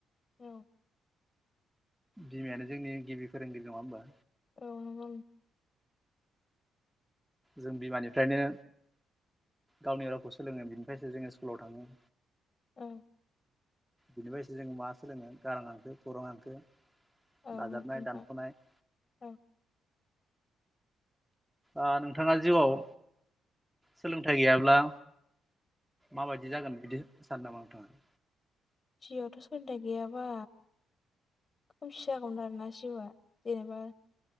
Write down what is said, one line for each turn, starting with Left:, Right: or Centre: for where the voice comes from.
Left: औ।
Centre: बिमायानो जोंनि गिबि फोरोंगिरि नङा होनबा
Left: औ नंगौ
Centre: जों बिमानिफ्रायनो गावनि रावखौ सोलोङो बिनिफ्रायसो जोङो स्कुलाव थाङो
Left: औ
Centre: बिबादिनो जों मा सोलोङो गारां हांखो खौरां हांखो
Left: औ
Centre: दाजाबनाय
Left: नंगौ नोंथां
Centre: दानख'नाय
Left: औ
Centre: ओ नोंथाङा जिउआव सोलोंथाइ गैयाब्ला माबायदि जागोन बिदि सानो नामा नोंथाङा
Left: जिउआवथ' सोलोंथाइ गैयाबा खोमसि जागौमोन आरोना जिउआ जेनेबा